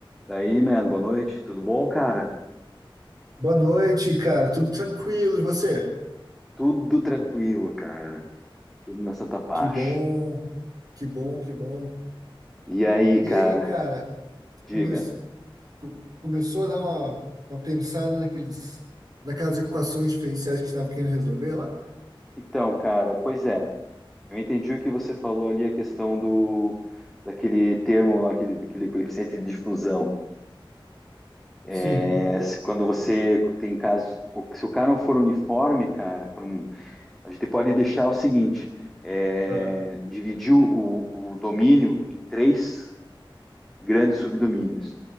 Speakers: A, in the centre; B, on the right (about 45°).
A: Daí, man, boa noite. Tudo bom, cara?
B: Boa noite, cara. Tudo tranquilo? E você?
A: Tudo tranquilo, cara. Tudo na Santa Paz.
B: Que bom, que bom, que bom.
A: E aí,
B: E
A: cara?
B: aí, cara,
A: Diga.
B: come- co- começou a dar uma, uma pensada naqueles, naquelas equações diferenciais que estava querendo resolver lá?
A: Então, cara, pois é. Eu entendi o que você falou ali, a questão do daquele termo lá, aquele, daquele coeficiente de difusão.
B: Sim.
A: É, se- quando você tem caso, se o cara não for uniforme, cara, pra um- a gente pode deixar o seguinte: é,
B: Ah,
A: dividir o, o domínio em três. grandes subdomínios.